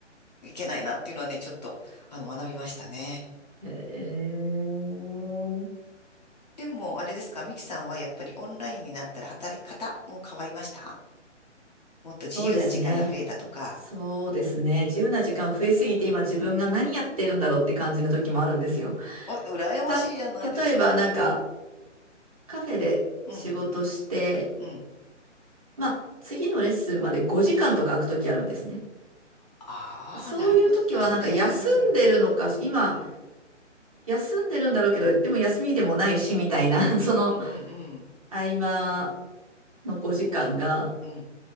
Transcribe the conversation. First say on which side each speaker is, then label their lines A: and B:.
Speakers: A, on the left; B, on the right.
A: うん、いけないなっていうのはね、ちょっと、あの、学びましたね。
B: へえ。
A: でも、あれですか、ミキさんはやっぱりオンラインになったら働き方も変わりましたもっと自由な時間が増えたとか。
B: そうですね。そうですね。自由な時間増えすぎて今自分が何やってるんだろうって感じの時もあるんですよ。
A: お、羨ましいじゃないですか。
B: た、例えばなんか
A: うん、
B: カフェで仕事して、
A: うん、うん。
B: まあ次のレッスンまで5時間とか空く時あるんですね。
A: ああ、
B: そういう時はなんか休んでるのか、
A: なるほどですね。うん、
B: 今
A: うん、
B: 休んでるんだろうけど、でも休みでもないしみたいな、<laughs> その
A: うん、うん、うん。
B: 合間の5時間が、
A: うん